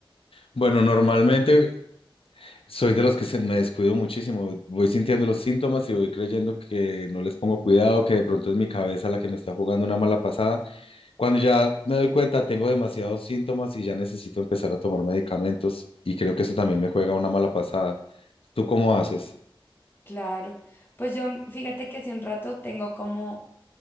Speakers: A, on the left; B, on the left.
A: Bueno, normalmente Soy de los que se, me descuido muchísimo. Voy sintiendo los síntomas y voy creyendo que no les pongo cuidado, que de pronto es mi cabeza la que me está jugando una mala pasada. Cuando ya me doy cuenta, tengo demasiados síntomas y ya necesito empezar a tomar medicamentos y creo que eso también me juega una mala pasada. ¿Tú cómo haces?
B: Claro. Pues yo, fíjate que hace un rato tengo como